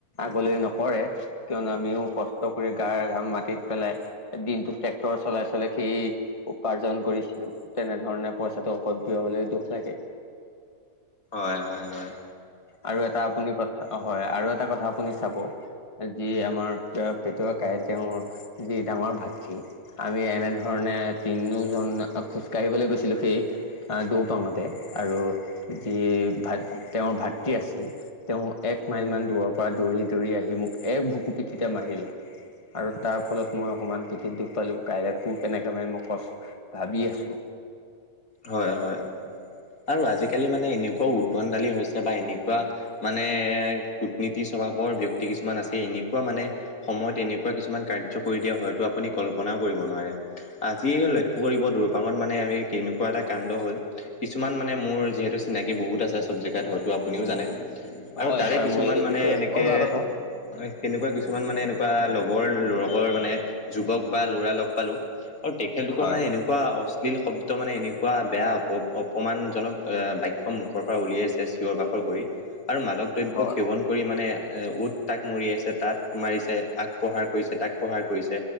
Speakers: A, on the left (about 20°); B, on the left (about 60°).
A: বলে নকৰে কিয়নো আমিও কষ্ট কৰি গাৰ ঘাম মাটিত পেলাই দিনত টেক্টৰ চলাই চলাই চলাই সি উপাৰ্জন কৰিছিলো। তেনেধৰণে পইচাটো অপব্যয় হলে দুখ লাগে।
B: হয় হয় হয়
A: আৰু এটা আপুনি কথা হয় আৰু এটা কথা আপুনি চাব যি আমাৰ পেটুৱা কাইয়ে তেওঁৰ যি ডাঙৰ ভাত খি আমি এনেধৰণে তিনিওজন খোজকাঢ়িবলৈ গৈছিলোঁ, সেই দৌপাঙতে আৰু যি ভাত তেওঁৰ ভাতৃ আছিল তেওঁ এক মাইল মান দূৰত পৰা দৌৰি দৌৰি আহি মোক এক ভুকু পিঠিতে মাৰিলে। আৰু তাৰ ফলত মই অকমান পিঠিত দুখ পালো। কাইলৈ কোৰ কেনেকে মানে মই কছ ভাবি আছো। <inaudible>
B: হয় হয় আৰু আজিকালি মানে এনেকুৱাও উদভনদালি হৈছে বা এনেকুৱা মানে <unintelligible> কূটনীতি স্বভাৱৰ ব্যক্তি কিছুমান আছে। এনেকুৱা মানে সময়ত এনেকুৱা কিছুমান কাৰ্য কৰি দিয়া হয়তো <unintelligible> আপুনি কল্পনাও কৰিব নোৱাৰে। আজি লক্ষ্য কৰিব দৰপাঙত মানে আমি কেনেকুৱা এটা কাণ্ড হ'ল। কিছুমান মানে মোৰ যিহেতু চিনাকি বহুত আছে। জেগাত হয়তো আপুনিও জানে আৰু
A: হয়
B: তাৰে
A: হয়
B: কিছুমান
A: মই এইটো
B: মানে
A: বিষয়ে
B: এনেকে
A: অৱগত
B: হয় কেনেকোৱা কিছুমান মানে এনেকুৱা লগৰৰ মানে যুৱক বা ল'ৰা লগ পালো- আৰু তেখেতলোকৰ
A: হয়
B: মানে এনেকুৱা অশ্লীল শব্দ মানে এনেকুৱা বেয়া অপ অপমানজনক বাক্য মুখৰ পৰা উলিয়াইছে চিঞৰ বাখৰ কৰি ‌আৰু মাদক দ্ৰব্য
A: হয়
B: সেৱন কৰি মানে এ উট তাক মৰি আছে ত তাত মাৰিছে আক প্ৰহাৰ কৰিছে তাক প্ৰহাৰ কৰিছে